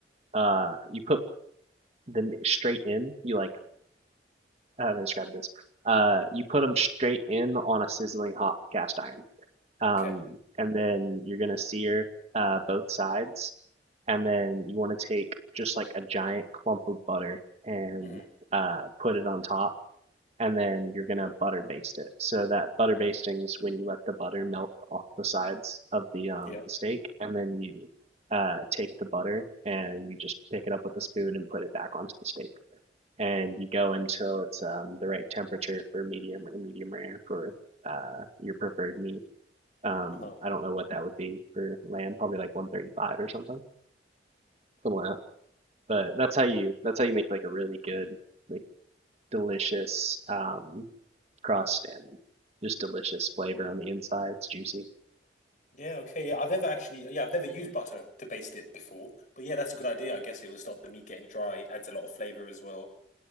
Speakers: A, on the right; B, on the left.
A: uh, you put them straight in. You like how do I describe this? Uh, you put them straight in on a sizzling hot cast iron. Um,
B: Okay.
A: and then you're gonna sear uh, both sides, and then you want to take just like a giant clump of butter and
B: hmm
A: uh, put it on top and then you're gonna butter baste it. So that butter basting is when you let the butter melt off the sides of the um
B: Yeah.
A: the steak, and then you uh take the butter and you just pick it up with a spoon and put it back onto the steak, and you go until it's um the right temperature for medium or medium rare for uh your preferred meat. Um,
B: Uh-huh.
A: I don't know what that would be for lamb, probably like 135 or something, something like that. But that's how you that's how you make like a really good, like delicious um crust and just delicious flavor on the inside. It's juicy.
B: Yeah. Okay. Yeah. I've never actually. Yeah. I've never used butter to baste it before. But yeah, that's a good idea. I guess it would stop the meat getting dry. Adds a lot of flavor as well.